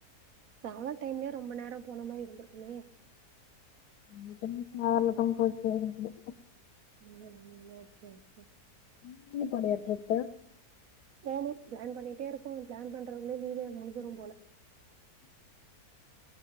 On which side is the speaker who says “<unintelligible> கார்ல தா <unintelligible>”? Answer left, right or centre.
Left